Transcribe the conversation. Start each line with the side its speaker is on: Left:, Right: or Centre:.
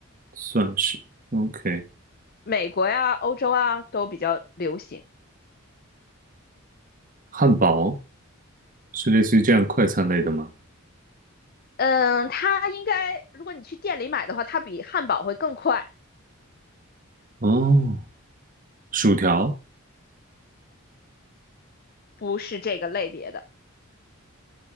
Right: 算是 OK，
Left: 美国呀、欧洲啊都比较流行。
Right: 汉堡。是类似于这样快餐类的吗？
Left: 嗯，它应该如果你去店里买的话，它比汉堡会更快，
Right: 哦，薯条
Left: 不是这个类别的。